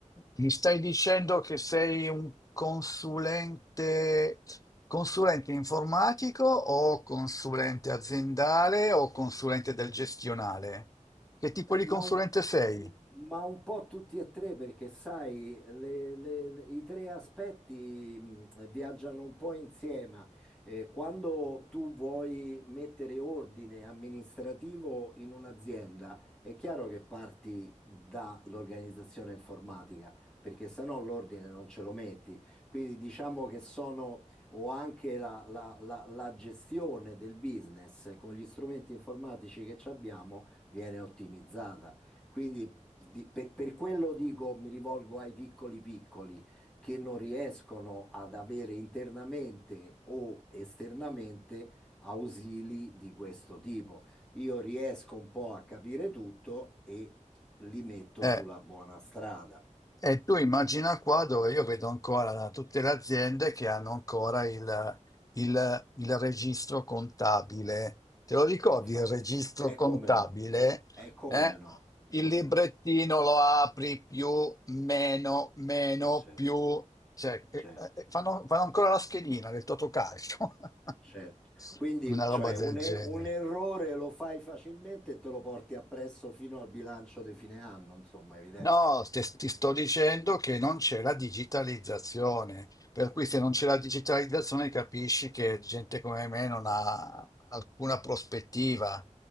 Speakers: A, on the left; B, in the centre.
A: mi stai dicendo che sei un consulente, consulente informatico o consulente aziendale o consulente del gestionale? Che tipo
B: Beh,
A: di
B: Ma
A: consulente
B: un,
A: sei?
B: ma un po' tutti e tre, perché sai, le- le- le- i tre aspetti mh, viaggiano un po' insieme. Eh, quando tu vuoi mettere ordine amministrativo in un'azienda, è chiaro che parti dall'organizzazione informatica, perché se no l'ordine non ce lo metti. Quindi diciamo che sono, o anche la la- la- la gestione del business con gli strumenti informatici che ci abbiamo viene ottimizzata. Quindi di- per, per quello dico, mi rivolgo ai piccoli piccoli che non riescono ad avere internamente o esternamente ausili di questo tipo. Io riesco un po' a capire tutto e li metto
A: Eh.
B: sulla buona strada.
A: E tu immagina qua dove io vedo ancora la- tutte le aziende che hanno ancora il, il- il registro contabile. Te lo ricordi
B: E infatti,
A: il registro
B: è
A: contabile?
B: come no, è come
A: Eh?
B: no, è
A: Il
B: come
A: librettino
B: no,
A: lo apri più, meno, meno,
B: è certo,
A: più. Cioè, eh,
B: certo.
A: eh, fanno, fanno ancora la schedina del Totocalcio. <laughs>
B: Certo. Quindi,
A: Una roba
B: cioè,
A: del
B: un,
A: genere.
B: er- un errore lo fai facilmente e te lo porti appresso fino al bilancio di fine anno, insomma, è evidente.
A: No, te- ti sto dicendo che non c'è la digitalizzazione, per cui se non c'è la digitalizzazione capisci che gente come me non ha alcuna prospettiva.